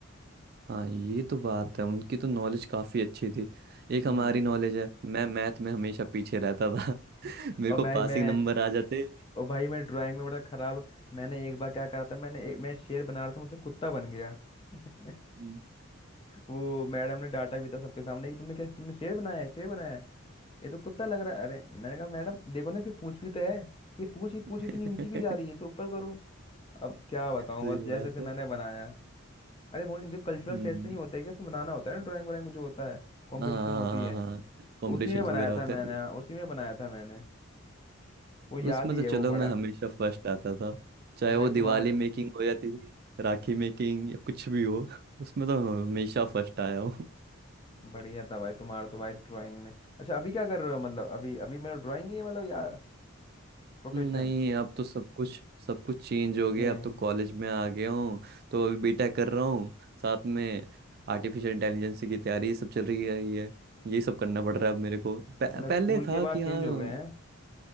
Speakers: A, on the right (about 45°); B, on the left (about 25°).
A: हाँ ये तो बात है उनकी तो नॉलेज काफी अच्छी थी एक
B: हम्म
A: हमारी नॉलेज है मैं मैथ में हमेशा पीछे रहता था
B: <laughs>
A: <laughs> मेरे
B: और
A: को
B: मैं
A: पासिंग
B: मैं
A: नंबर आ जाते
B: और भाई मैं ड्राइंग में बड़ा खराब मैंने एक बार क्या करा था मैंने एक, मैं शेर बना रहा था मुझसे कुत्ता बन गया <laughs>
A: हम्म।
B: वो मैडम ने डांटा भी था सबके सामने कि तुमने क्या तुमने शेर बनाया है शेर बनाया है ये तो कुत्ता लग रहा है अरे मैंने कहा मैडम देखो ना इसकी पूंछ भी तो है कि पूंछ ही पूंछ
A: <laughs>
B: इतनी नीचे क्यों जा रही है इसको ऊपर करो अब क्या बताऊं
A: सही
B: बस जैसे
A: बात
B: जैसे
A: है
B: मैंने बनाया अरे वो जो कल्चरल
A: हम्म
B: फेस्ट नहीं होते कि उसमें बनाना होता है ना ड्राइंग व्राइंग जो होता है कंपटीशन
A: हाँ
B: होती है
A: हाँ कॉम्पिटिशन्स
B: तो उसी में बनाया
A: वगैरह होते
B: था मैंने
A: हैं
B: हाँ, उसी में बनाया था मैंने वो याद
A: उसमें
B: ही
A: तो
B: है
A: चलो
B: वो बड़ा
A: मैं हमेशा फर्स्ट आता था चाहे
B: अब भाई
A: वो दिवाली
B: तुम्हार
A: मेकिंग हो जाती थी राखी मेकिंग या कुछ भी हो उसमें तो मैं हमेशा फर्स्ट आया हूँ
B: बढ़िया था भाई तुम्हारा तो भाई ड्राइंग में अच्छा अभी क्या कर रहे हो मतलब अभी अभी मेरा ड्राइंग ही है मतलब या प्रोफेशन
A: नहीं अब तो सब कुछ सब कुछ चेंज हो गया
B: चेंज
A: अब तो कॉलेज में आ गया हूँ तो अभी बीटेक कर रहा हूँ साथ में आर्टिफिशियल इंटेलिजेंस की तैयारी ये सब चल रही है ये ये सब करना पड़ रहा है अब मेरे को पह,
B: मतलब
A: पहले
B: स्कूल के
A: था
B: बाद
A: कि हाँ
B: चेंज हो गए हैं